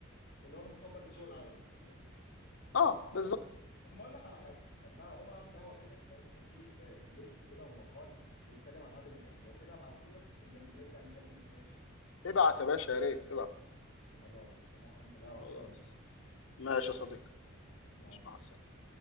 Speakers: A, on the left (about 40°); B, on the left (about 65°).
A: اللي هو انا اتقبل الذوق العام بس
B: اه بالظبط
A: طب ما اقول لك على حاجه طب ما اقوم اعمل قهوه كده فاهم وكان في آه، ليست كده ومقال بيتكلم عن عادل امام لو كده ابعته لك ونرجع نكمل نتناقش فيه
B: ابعت يا باشا يا ريت ابعت
A: خلاص قشطه أقوم اعمل قهوه
B: خلاص
A: كده واجيلك
B: ماشي يا
A: ماشي
B: صديقي
A: يا صديقي مع السلامه
B: مع السلامه